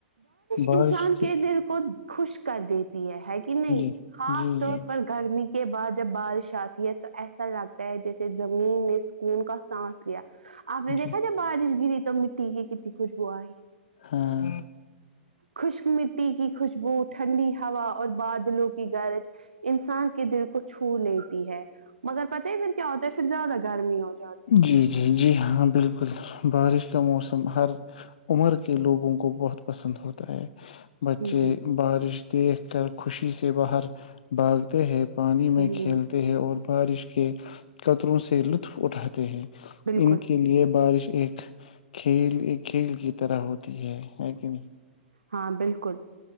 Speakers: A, on the left; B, on the right.
A: بارش
B: انسان
A: تھی
B: کے
A: <inaudible>
B: دل کو خوش کر دی تھ <inaudible> ہے کہ نہیں
A: جی
B: خاص طور
A: جی
B: پر گرمی کے بعد جب بارش آتی ہے تو ایسا لگتا ہے جیسے زمین نے سکون کا سانس لیا آپ نے دیکھا
A: جی
B: جائے بارش گری تو مٹی کے کنی خوشبوا ہی
A: ہاں <inaudible>
B: خوشک مٹی کی خوشبو ٹھنڈی ہوا اور بادلوں کی گرج انسان کے دل کو چھو لیتی ہے مگر پتاہ ہی پھر کیا ہوتا ہے زیاد گرمی ہوتیی
A: جی جی جی ہاں بالکل بارش کا موسم ہر عمر کے لوگوں کو بہت پسند ہوتا ہے بچے
B: ہے جی
A: بارش <inaudible> دیکھ کر خوشی سے باہر بھاگتے ہیں <inaudible> پانی میں
B: ہوں
A: کھیلتے ہیں اور <inaudible> بارش کے قطروں سے لطف اٹھاتے ہیں <inaudible>
B: بالکل
A: ان کے لیئے بارش ایک کھیل ایک کھیل کی طرح ہوتی ہے ہے کہ نہیں
B: ہاں بالکل